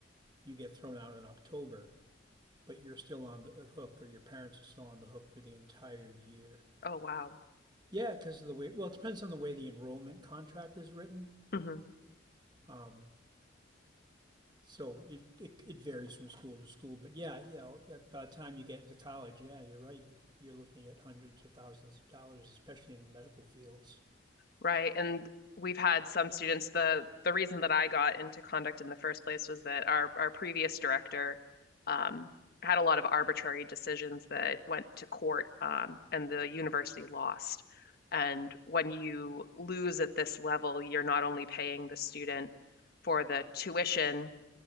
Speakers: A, on the right; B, on the left.
A: you get thrown out in October, but you're still on the hook, or your parents are still on the hook for the entire year.
B: Oh wow.
A: Yeah, because of the way, well, it depends on the way the enrollment contract is written.
B: hmm
A: Um, So it, it, it varies from school to school, but yeah, you know, by the time you get into college, yeah, you're right. You're you're looking at hundreds of thousands of dollars, especially in medical fields.
B: Right. And we've had some students, the the reason that I got into conduct in the first place was that our our previous director um, had a lot of arbitrary decisions that went to court um, and the university lost. And when you lose at this level, you're not only paying the student for the tuition